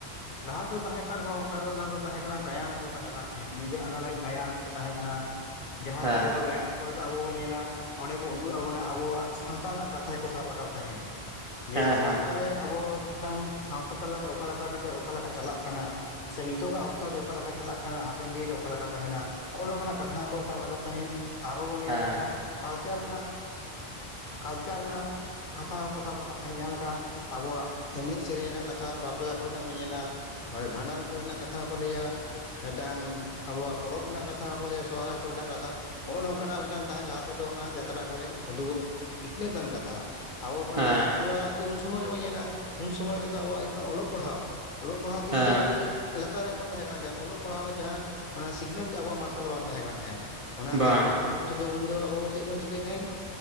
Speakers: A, on the left; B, on the right.
A: ᱞᱟᱦᱟᱛᱮ ᱛᱟᱦᱮᱸ ᱠᱟᱱ ᱨᱮᱦᱚᱸ ᱚᱱᱠᱟ ᱫᱚ ᱚᱱᱟ ᱫᱚ ᱛᱟᱦᱮᱸ ᱠᱟᱱᱟ ᱜᱟᱭᱟᱱ ᱠᱚ ᱛᱟᱦᱮᱸ ᱠᱟᱱ ᱛᱟᱦᱮᱸᱫ ᱧᱤᱫᱟᱹ ᱟᱸᱜᱟ ᱞᱟᱜᱤᱫ ᱜᱟᱭᱟᱱ ᱠᱚ ᱛᱟᱦᱮᱸ ᱠᱟᱱᱟ ᱡᱟᱦᱟᱸ
B: ᱦᱮᱸ
A: ᱛᱮ ᱨᱮᱫᱚ ᱜᱟᱭᱟᱱ ᱠᱚᱨᱮ ᱫᱚ ᱟᱵᱚ ᱵᱚᱱ ᱧᱮᱞᱟ ᱚᱸᱰᱮ ᱠᱚ ᱩᱫᱩᱜ ᱟᱵᱚᱱᱟ ᱟᱨ ᱟᱵᱚᱣᱟᱜ ᱥᱟᱸᱶᱛᱟ ᱨᱮᱱᱟᱜ ᱠᱟᱛᱷᱟ ᱜᱮᱠᱚ ᱥᱟᱵ ᱨᱟᱠᱟᱵ ᱛᱟᱦᱮᱸᱫ, ᱡᱮ
B: ᱦᱮᱸ
A: ᱥᱟᱸᱶᱛᱟ
B: ᱦᱮᱸ
A: ᱨᱮ ᱟᱵᱚ ᱢᱤᱫᱴᱟᱝ ᱼᱼ ᱥᱟᱸᱶᱛᱟ ᱛᱟᱞᱟᱨᱮ ᱚᱠᱟ ᱞᱮᱠᱟ ᱠᱟᱛᱮᱜ ᱚᱠᱟ ᱞᱮᱠᱟ ᱪᱟᱞᱟᱜ ᱠᱟᱱᱟ? ᱥᱮ ᱱᱤᱛᱚᱜᱟᱜ ᱚᱠᱛᱚ ᱨᱮ ᱚᱠᱟ ᱞᱮᱠᱟ ᱪᱟᱞᱟᱜ ᱠᱟᱱᱟ, ᱦᱟᱯᱮᱱ ᱫᱤᱱ ᱨᱮ ᱚᱠᱟ ᱞᱮᱠᱟ ᱛᱟᱦᱮᱱᱟ? ᱦᱚᱸᱜ ᱱᱚᱝᱠᱟᱱᱟᱜ ᱠᱟᱛᱷᱟ ᱦᱚᱸ ᱠᱚ ᱥᱟᱵ ᱨᱟᱠᱟᱵ ᱛᱟᱸᱦᱮᱫ ᱟᱨᱦᱚᱸ ᱵᱚᱱ ᱞᱟᱹᱭ
B: ᱦᱮᱸ
A: ᱫᱟᱲᱮᱭᱟᱜᱼᱟ ᱠᱟᱞᱪᱟᱨ ᱨᱮᱱᱟᱜ ᱼᱼ ᱠᱟᱞᱪᱟᱨ ᱨᱮᱱᱟᱜ ᱠᱟᱛᱷᱟ ᱦᱚᱸᱠᱚ ᱥᱟᱵ ᱨᱟᱠᱟᱵ ᱛᱟᱦᱮᱸᱫ ᱡᱟᱸᱦᱟ ᱞᱮᱠᱟ ᱟᱵᱚᱣᱟᱜ ᱼᱼ ᱮᱱᱮᱡ ᱥᱮᱨᱮᱧ ᱨᱮᱱᱟᱜ ᱠᱟᱛᱷᱟ, ᱵᱟᱯᱞᱟ ᱠᱚᱨᱮᱱᱟᱜ ᱵᱚᱱ ᱧᱮᱞᱟ, ᱱᱚᱰᱮ ᱵᱷᱟᱸᱰᱟᱱ ᱠᱚᱨᱮᱱᱟᱜ ᱠᱟᱛᱷᱟ ᱦᱚᱸᱠᱚ ᱞᱟᱹᱭᱟ᱾ ᱢᱤᱫᱴᱟᱝ ᱟᱵᱚᱣᱟᱜ ᱯᱚᱨᱚᱵ ᱨᱮᱱᱟᱜ ᱠᱟᱛᱷᱟ ᱦᱚᱸ ᱠᱚ ᱞᱟᱹᱭᱟ, ᱥᱚᱦᱚᱨᱟᱭ ᱠᱚᱨᱮᱱᱟᱜ ᱠᱟᱛᱷᱟᱼᱼ ᱦᱚᱸᱜᱼᱚ ᱱᱚᱝᱠᱟᱱᱟᱜ ᱢᱤᱫᱴᱟᱝ ᱛᱟᱦᱮᱸᱱ ᱞᱟᱦᱟ ᱛᱮᱫᱚ ᱚᱱᱟ ᱡᱟᱛᱨᱟ ᱠᱚᱨᱮ᱾ ᱩᱫᱩᱜ <unintelligible> ᱥᱤᱠᱷᱱᱟᱹᱛᱟᱱ ᱠᱟᱛᱷᱟ ᱟᱵᱚ ᱵᱚᱱ
B: ᱦᱮᱸ
A: ᱞᱟᱹᱭᱟ ᱟᱵᱚᱣᱟᱜ ᱩᱱ ᱥᱚᱢᱚᱭ ᱨᱮᱵᱚᱱ ᱧᱮᱞᱟ ᱩᱱ ᱥᱚᱢᱚᱭ ᱨᱮᱫᱚ ᱟᱵᱚᱣᱟᱜ ᱦᱩᱭᱩᱜ ᱠᱟᱱᱟ ᱚᱞᱚᱜ ᱯᱟᱲᱦᱟᱣ, ᱚᱞᱚᱜ ᱯᱟᱲᱦᱟᱣ ᱫᱤᱠ
B: ᱦᱮᱸ
A: ᱫᱚ ᱟᱹᱰᱤ ᱞᱟᱛᱟᱨ ᱨᱮᱜᱮᱵᱚᱱ ᱛᱟᱦᱮᱸ ᱠᱟᱱ ᱛᱟᱦᱮᱸᱫ᱾ ᱚᱞᱚᱜ ᱯᱟᱲᱦᱟᱣ ᱡᱟᱦᱟᱸ ᱚᱱᱟ ᱥᱤᱠᱷᱱᱟᱹᱛ ᱜᱮ ᱟᱵᱚᱣᱟᱜ ᱢᱟᱨᱥᱟᱞ ᱵᱟᱝ ᱛᱟᱦᱮᱸ ᱠᱟᱱ ᱛᱟᱦᱮᱸᱫ᱾ ᱚᱱᱟᱛᱮ
B: ᱵᱟᱝ
A: ᱟᱵᱚᱣᱟᱜ ᱩᱱ ᱚᱠᱛᱚ ᱫᱚ, ᱩᱱᱫᱚ ᱟᱵᱚ ᱪᱮᱫ ᱵᱚᱱ ᱪᱤᱠᱟᱹᱭ ᱛᱟᱦᱮᱸᱫ?